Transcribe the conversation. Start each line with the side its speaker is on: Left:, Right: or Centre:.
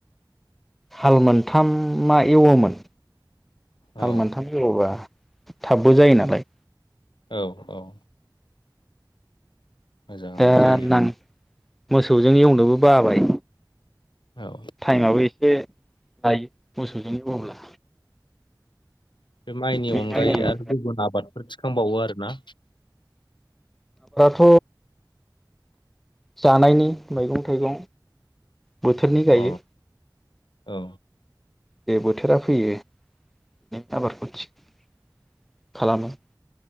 Centre: हाल मोनथामा एवोमोन
Left: अ
Centre: हाल मोनथाम जौबा थाबबो जायो नालाय
Left: औ औ मोजांङानो
Centre: दा
Left: जायो
Centre: नां मोसौजों एवनोबो बाबाय
Left: औ
Centre: टाइमाबो से लायो मोसौजों एवोब्ला
Left: बे माइनि
Centre: बेनिखायनो
Left: अनगायै आरो गुबुन आबादफोर थिखांबावो आरो ना
Centre: थ जानायनि मैगं थाइगं बोथोरनि गायो
Left: औ औ
Centre: बे बोथोरा फैयो <unintelligible> खालामो